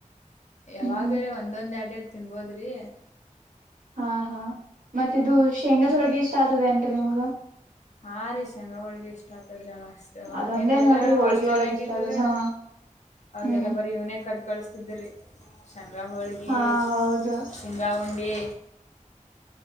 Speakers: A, on the left; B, on the right.
A: ಯಾವಗರ
B: ಹ್ಮ್ ಹ್ಮ್
A: ಒಂದೊಂದ ಎರಡೆರಡು ತಿನ್ನಭೋದ್ರಿ
B: ಹಾ ಹಾ ಮತ್ತ ಇದು ಶೇಂಗಾದ ಹೋಳಿಗೆ ಇಷ್ಟ ಆಗ್ತದ ಏನ ರಿ ನಿಮಗ
A: ಹಾರೀ ಶೇಂಗಾ ಹೊಳ್ಗಿ ಇಷ್ಟ ಆಗ್ತದ್ರೀಣ ಅಷ್ಟ
B: ಅದೊಂದೇ
A: ಹತ್ತನೇತಿ ಎಲ್ಲ
B: ನೋಡ್ರಿ ಹೋಳ್ಗಿ
A: ಹಾಸ್ಟೆಲ್ನಾಗ
B: ಒಳಗ್ ಇಷ್ಟ
A: ಇದ್ರ
B: ಆಗದ್ ಹಾ
A: ಅವಾಗೆಲ್ಲಾ
B: ಹ್ಮ್
A: ಬರೀ ಇವನೇ ಕಟ್ ಕಳಸ್ತೀನಿ ತಿದ್ದರಿ ಶಂಗಾಹೋಳ್ಗೆಿ
B: ಹಾ ಹೌದು
A: ಶಿಂಗಾಹುಂಡಿ